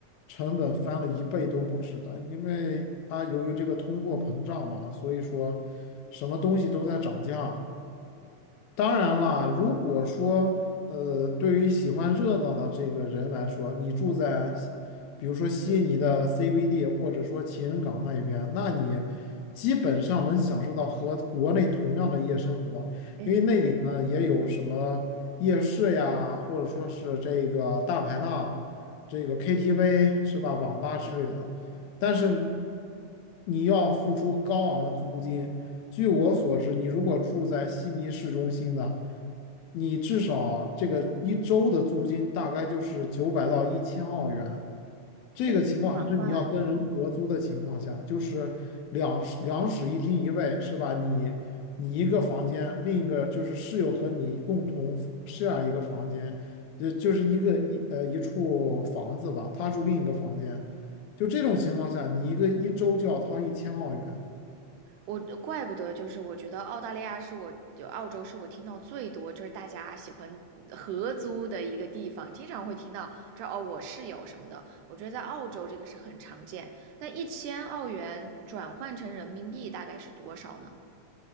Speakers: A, on the left; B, on the right.
A: 成本翻了一倍都不止的，因为它由于这个通货膨胀嘛，所以说什么东西都在涨价。当然了，如果说呃，对于喜欢热闹的这个人来说，你住在比如说悉尼的 CBD，或者说情人港那一边，那你基本上能享受到和国内同样的夜生活，
B: 嗯，
A: 啊，也有什么夜市呀，或者说是这个大排档、这个 KTV 是吧，网吧之类的，但是你要付出高昂的租金。据我所知，你如果住在悉尼市中心的，你至少这个一周的租金大概就是九百到一千澳元。这个情况还是你要跟人合租的情况下，
B: 这个转换，
A: 就是两室两室一厅一卫，是吧？你你一个房间，另一个就是室友和你共同 share 一个房间，就就是一个一呃一处房子吧，他住另一个房间，就这种情况下，你一个一周就要掏一千澳元，
B: 我怪不得就是我觉得澳大利亚是我就澳洲是我听到最多就是大家喜欢合租的一个地方，经常会听到这哦我室友什么的，我觉得在澳洲这个是很常见。那一千澳元转换成人民币大概是多少呢？